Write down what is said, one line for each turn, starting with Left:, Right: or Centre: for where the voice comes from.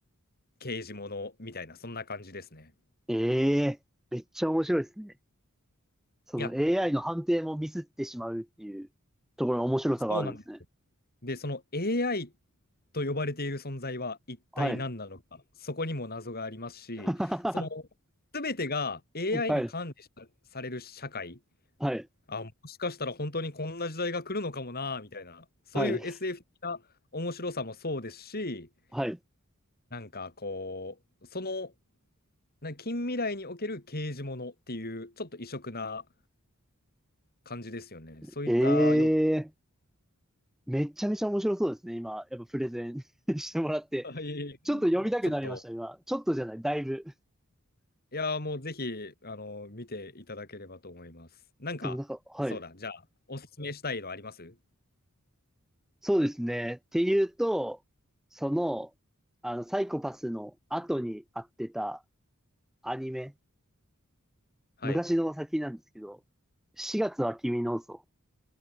Left: 刑事ものみたいな、そんな感じですね。
Centre: ええ、めっちゃ面白いですね。その
Left: いや、
Centre: AI の判定もミスってしまうっていうところの面白さがあるんですね。
Left: そうなんです。で、その AI と呼ばれている存在は一体何なのか、
Centre: はい。
Left: そこにも謎がありますし、
Centre: <laughs> は
Left: その、全てが AI
Centre: い、
Left: に管理さされる社会、
Centre: はい、
Left: あ、もしかしたら本当にこんな時代が来るのかもな、みたいな、そういう
Centre: はい、
Left: SF 的な面白さもそうですし、
Centre: はい。
Left: なんかこう、その、な近未来における刑事ものっていう、ちょっと異色な感じですよね。そういったよう
Centre: ええ、めっちゃめちゃ面白そうですね。今、やっぱプレゼン <laughs> してもらって。
Left: な <laughs> はい、
Centre: ちょっと読みたくなりました、
Left: <laughs> ちょっと、
Centre: 今。ちょっとじゃない、だいぶ。
Left: いやー、もうぜひ、あの、見ていただければと思います。なんか、
Centre: でもなんか、はい。
Left: そうだ、じゃあ、おすすめしたいのあります
Centre: そうですね。っていうと、その、あの、サイコパスの後にあってたアニメ、
Left: はい。
Centre: 昔の先なんですけど、4月は君の嘘。